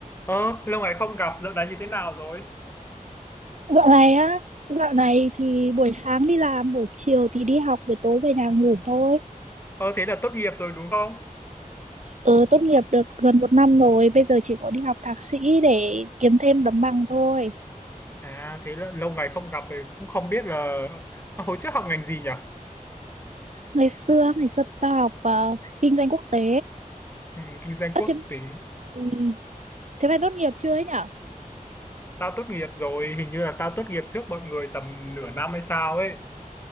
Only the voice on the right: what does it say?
Dạo này á, dạo này thì buổi sáng đi làm, buổi chiều thì đi học, về tối về nhà ngủ thôi.
Ờ, tốt nghiệp được gần một năm rồi, bây giờ chỉ có đi học thạc sĩ để kiếm thêm tấm bằng thôi.
Ngày xưa, ngày xưa tao học ờ, kinh doanh quốc tế.
Ơ
thế,
ừm, thế mày tốt nghiệp chưa ấy nhở?